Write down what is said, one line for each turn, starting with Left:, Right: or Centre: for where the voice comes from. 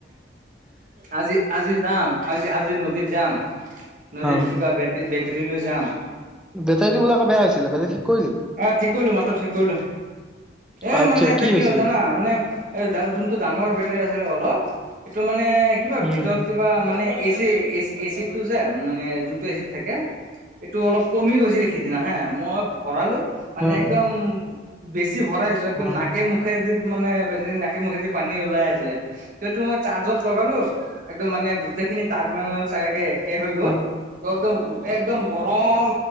Right: আজি আজি যাম। আজি আজি নদীত যাম নদীত
Centre: অ
Right: কিবা বেটৰী বেটৰী লৈ যাম।
Centre: বেটেৰীটো বোলে আক বেয়া হৈছিলে। কৰিলি
Right: এ ঠিক কৰিলোঁ মাত্ৰ ঠিক কৰিলোঁ এ
Centre: আচ্ছা
Right: মানে এতিয়া
Centre: হৈছিলে
Right: কি হ'ল জানা মানে। এই যোনটো ডাঙৰ বেটেৰী আছে অলপ সেইটো মানে কিবা
Centre: উম
Right: ভিতৰত কিবা, মানে এচি এ এচিড টো যে মানে যোনটো এচিড থাকে। এইটো অলপ কমি গৈছে সেইদিনা হে মই ভৰালোঁ। মানে
Centre: উম
Right: একদম বেছি ভৰাই দিছো একদম
Centre: উম
Right: নাক, মুখে মুখেদি মানে বে নাকে মুখেদি পানী ওলাই আছিলে। সেইটো মই চাৰ্জত লগালোঁ একদম মানে গো যেইখিনি টাৰ্মিনেল চাগে একে হৈ গ'ল
Centre: অ
Right: ত একদম একদম গৰম,